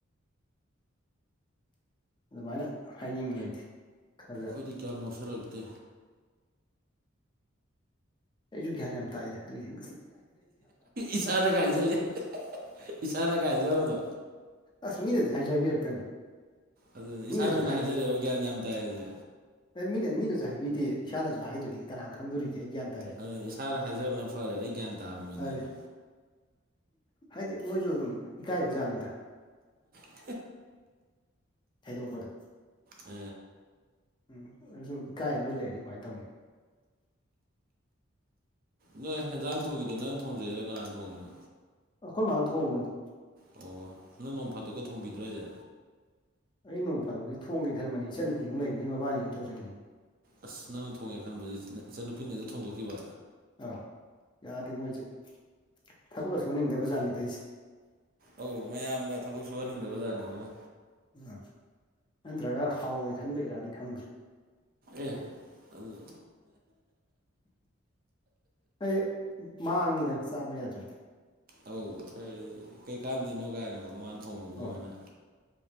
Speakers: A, on the left (about 25°); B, on the right (about 45°).
A: ꯑꯗꯨꯃꯥꯏꯅ ꯍꯥꯏꯅꯤꯡꯉꯦ ꯍꯥꯏꯗꯤ ꯈꯔꯗ
B: ꯑꯩꯈꯣꯏꯗꯤ ꯀꯌꯥꯝ ꯉꯥꯎꯁꯜꯂꯛꯇꯦ
A: ꯑꯩꯁꯨ ꯒ꯭ꯌꯥꯟ ꯌꯥꯝ ꯇꯥꯏꯗ ꯑꯗꯨꯏꯗꯤ
B: ꯏꯁꯥꯅꯒ ꯍꯥꯏꯖꯜꯂꯦ ꯏꯁꯥꯅꯒ ꯍꯥꯏꯖꯕꯗꯣ
A: ꯑꯁ ꯃꯤꯅꯗꯤ ꯍꯥꯏꯖꯦ ꯍꯥꯏꯕꯤꯔꯛꯇꯅ
B: ꯑꯗꯨ
A: ꯃꯤꯅꯁꯨ
B: ꯏꯁꯥꯅ‌ ꯑꯣꯏꯅ ꯍꯥꯏꯖꯔꯦꯕ ꯒ꯭ꯌꯥꯟ ꯌꯥꯝ ꯇꯥꯏꯌꯦꯁꯦ
A: ꯑꯦ ꯃꯤꯅ ꯃꯤꯅꯁꯨ ꯍꯥꯏꯕꯤꯗꯦ ꯏꯁꯥꯅꯁꯨ ꯍꯥꯏꯗ꯭ꯔꯗꯤ ꯀꯅꯥꯅ ꯈꯪꯗꯣꯔꯤꯒꯦ ꯑꯩ ꯒꯥꯏꯟ
B: ꯑꯗꯨꯅ ꯏꯁꯥꯗ ꯍꯥꯏꯖꯕꯅ ꯐꯔꯦ ꯑꯩ ꯒ꯭ꯌꯥꯟ ꯇꯥꯕ ꯃꯤꯅꯦꯅ
A: ꯐꯔꯦ ꯍꯥꯏꯗꯤ ꯃꯣꯏꯁꯨ ꯑꯗꯨꯝ ꯏꯀꯥꯏꯕ ꯖꯥꯠꯅꯤꯗ
B: ꯍ
A: ꯍꯩꯗꯣꯛꯄꯗꯣ
B: ꯑ
A: ꯎꯝ ꯑꯗꯨ ꯁꯨꯝ ꯏꯀꯥꯏ ꯂꯣꯏ ꯂꯩꯔꯗꯤ ꯀꯃꯥꯏꯅ ꯇꯧꯅꯤ
B: ꯅꯣꯏ ꯍꯦꯟꯖꯥꯡ ꯊꯣꯡꯈꯤꯕꯗꯣ ꯅꯪ ꯊꯣꯡꯖꯩꯔꯣ ꯀꯅꯥꯅ ꯊꯣꯡ‌ ꯏꯅꯣ
A: ꯑꯩꯈꯣꯏ ꯃꯥꯅ ꯊꯣꯡꯕꯅꯤ
B: ꯑꯣ ꯅꯪ ꯅꯣꯡ ꯐꯥꯇꯣꯛꯀ ꯊꯣꯡꯕꯤꯗ꯭ꯔꯣ ꯍꯥꯏꯁꯦ
A: ꯑꯩ ꯅꯣꯡ ꯐꯥꯗꯣꯛꯒꯦ ꯊꯣꯡꯒꯦ ꯈꯟꯕꯅꯤ ꯏꯆꯟ ꯅꯨꯄꯤ ꯃꯨꯛ ꯂꯩꯕꯅꯤ ꯃꯕꯥꯅꯤꯅ ꯊꯣꯡꯖꯟꯈꯤ
B: ꯑꯁ ꯅꯪꯅ ꯊꯣꯡꯉꯦ ꯈꯟꯕꯁ‌ꯦ ꯏꯆꯟꯅꯨꯄꯤꯅ ꯍ‌ꯦꯛꯇ ꯊꯣꯡꯗꯣꯛꯈꯤꯕ
A: ꯑꯧ ꯌꯥꯗꯦ ꯃꯣꯏꯁꯦ ꯊꯕꯛꯀ ꯁꯨꯍꯅꯤꯡꯗꯕꯖꯥꯠꯅꯤꯗ ꯑꯩꯁꯦ
B: ꯑꯧ ꯃꯌꯥꯝꯕ ꯊꯕꯛ ꯁꯨꯍꯟꯅꯤꯡꯗꯕ ꯖꯥꯠꯅ‌ꯦ ꯃꯣꯏꯅ
A: ꯎ ꯅꯠꯇ꯭ꯔꯒ ꯍꯥꯎꯔꯣꯏ ꯈꯟꯕꯩꯔꯗꯤ ꯈꯪꯗ꯭ꯔꯦ
B: ꯑꯦ ꯑꯗꯨ
A: ꯑꯩ ꯃꯥꯡꯉꯤꯗꯅ ꯆꯥꯕ ꯌꯥꯗ꯭ꯔꯗꯤ
B: ꯑꯧ ꯍꯣꯏ ꯀꯩꯀꯥꯟꯗꯅꯣ ꯀꯥꯏꯅꯀꯣ ꯃꯥꯅ ꯊꯣꯡꯕꯕꯨꯅ
A: ꯑꯣ